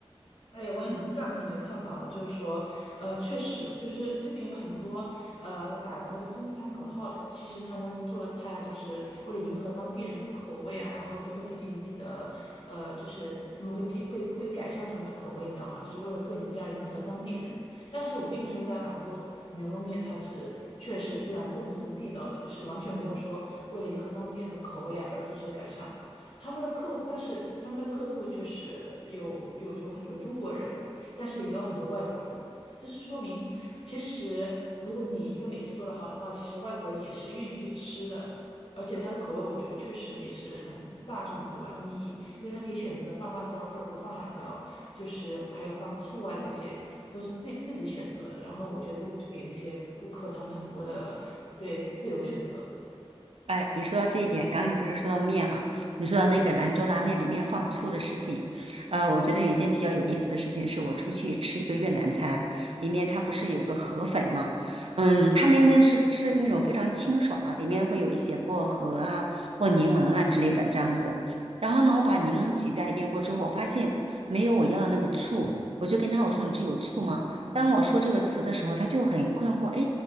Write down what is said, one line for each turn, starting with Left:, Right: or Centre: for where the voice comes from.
Left: 哎，我很赞同你的看法啊，就是说，呃，确实，就是这边有很多呃打着那个中餐口号的，其实他们做的菜啊，就是为了迎合当地人的口味啊，然后都会进行一定的，呃，就是他们会进会会改善他们的口味，你知道吗？就是为了更加迎合当地人。但是我跟你说，在兰州牛肉面它是确实非常正宗地道的，就是完全没有说为了迎合当地人的口味啊而做出的改善。他们的客户，但是他们的客户却是有有有有中国人，但是也有很多外国人。这是说明，其实如果你一个美食做得好的话，其实外国人也是愿意去吃的，而且它的口味我觉得确实也是很大众的，对吧？你因为它可以选择放辣椒或者不放辣椒，就是还有放醋啊，这些都是自己自己选择的。然后我觉得这个就给那些顾客他们很多的对自由选择。
Right: 哎，你说到这一点，刚刚你不是说到面嘛？你说到那个兰州拉面里面放醋的事情，呃，我觉得有一件比较有意思的事情，是我出去吃一个越南餐，里面它不是有个河粉嘛？嗯，他们是是那种非常清爽的，里面会有一些薄荷啊或柠檬啊之类的这样子。然后呢，我把柠檬挤在里面过之后，我发现没有我要的那个醋，我就跟他我说你这有醋吗？当我说这个词的时候，他就很困惑，哎，